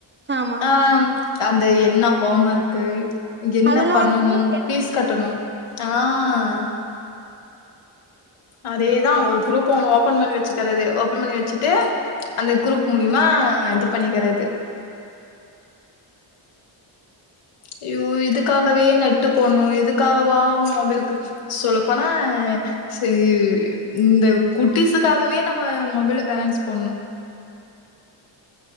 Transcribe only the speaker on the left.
ஆஹ் அந்த என்ன ஹோம்ஒர்க்கு இங்க என்ன
பண்ணணு
பீஸ் கட்டணு ஆஹ் அதேதான் ஒரு குரூப்ப ஒண்ணு ஓபன் பண்ணி வச்சுக்கிறது ஓபன் பண்ணி வச்சுட்டு அந்த குரூப் மூலிமா இது பண்ணிக்கிறது ஐயோ இதுக்காகவே நெட்டு போன்னும் இதுக்காகவா தமிழுக்கு சொல்லப்போனா செரி இந்த குட்டிசுக்காகவே நம்ப மொபைல்ல பேலன்ஸ் போன்னோ